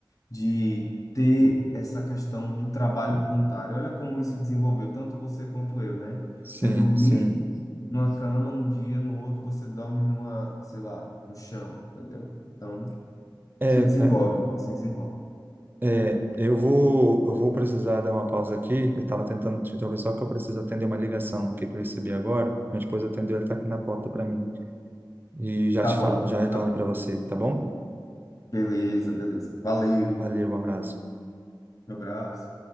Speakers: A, on the left; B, on the right.
A: de ter essa questão do trabalho voluntário. Olha como isso desenvolveu tanto você quanto eu, né?
B: Sim,
A: Você dormir
B: sim.
A: numa cama num dia, no outro você dorme numa, sei lá, no chão, entendeu? Então,
B: É,
A: isso desenvolve,
B: cara,
A: mano, isso desenvolve.
B: é, eu vou, eu vou precisar dar uma pausa aqui. Eu estava tentando te interromper, só que eu preciso atender uma ligação aqui que eu recebi agora. Minha esposa atendeu, ela está aqui na porta para mim. E já
A: Tá
B: te
A: bom,
B: falo, já retorno
A: tá bom.
B: para você, tá bom?
A: Beleza, beleza. Valeu.
B: Valeu, um abraço.
A: Um abraço.